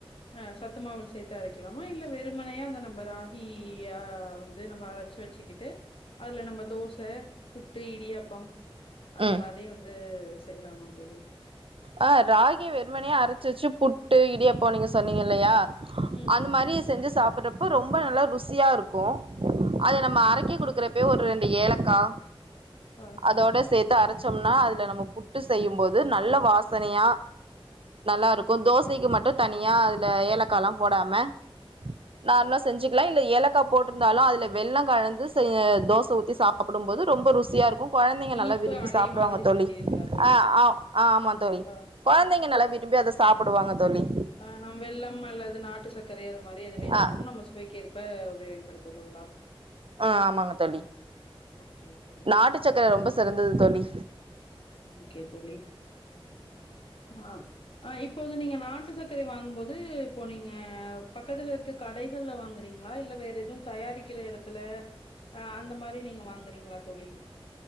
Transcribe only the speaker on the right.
ம்
ஆ ராகி வெறுமனா அரச்சு வெச்சு புட்டு இடியாப்போ நீங்க சொன்னீங்க இல்லையா
அந்த மாரி செஞ்சஸ் சாப்புர்றப் ப ரொம்பொ நல்லா ருசியா இருக் க்கு அத
நம்ம அரைக்க குடுக் க்குறப்பயே ஒரு ரெண்டு ஏலக்கா
அதோட சேத் டு அரச்சொம்னா அதுல நம்ம ஃபுட்டு செய்யும் போது நல்ல வாஸ் சனையா நல்லா இருக்கு தோசைக்கு மட்டு தனியா அதுல ஏலக்கால்லா போடாம நார்மலா
செஞ்சுக்லா இதுல ஏலக்கா போட்ருந்தாலு அதுல வெல்லோ கலந்து செய் தோச ஊத்தி சாப்டும் போது ரொம்ப ருசியா இருக்கு கொழந்தைங்க
நல்லா விரும்பி
சாப்டுவாங்க
தோழி
ஆ ஆ ஆ ஆமா தோழி
கொழந்தைங்க நல்லா விரும்பி அத சாப் டுவாங்க தோழி
ஆ
ஆ ஆமாங்க தோழி
நாட்டு சக்கர ரொம்ப சிறந்தது தோழி